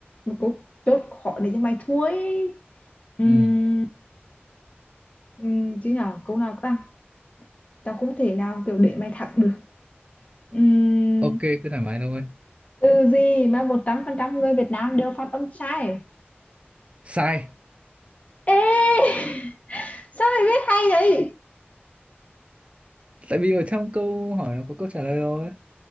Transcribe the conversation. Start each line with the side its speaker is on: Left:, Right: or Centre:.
Left: một câu chốt khó để cho mày thua ấy. Ừm,
Right: ừ.
Left: ừm, chứ nhở, câu nào ta? Tao không thể nào kiểu để mày thắng được. Ừm,
Right: ok cứ thoải mái thôi
Left: từ gì mà 100% người Việt Nam đều phát âm sai
Right: sai
Left: ê sao mày biết hay vậy
Right: tại vì ở trong câu hỏi nó có câu trả lời rồi